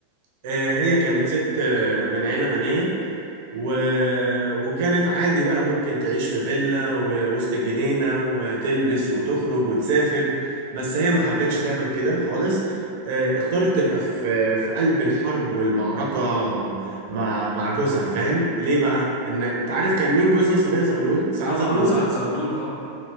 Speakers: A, on the right (about 50°); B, on the left (about 45°).
A: آه، هي كانت ست آه، من عيلة غنية و... وكانت عادي بقى ممكن تعيش في فيلا ووسط الجنينة وتلبس وتخرج وتسافر بس هي ما حبتش تعمل كده خالص آه، اختارت تبقى في في قلب الحرب والمعركة مع مع جوزها فاهم ليه بقى ان انت عارف كان مين جوزها صفية زغلول سعد
B: طبعا
A: زغلول
B: سعد زغلول طبعا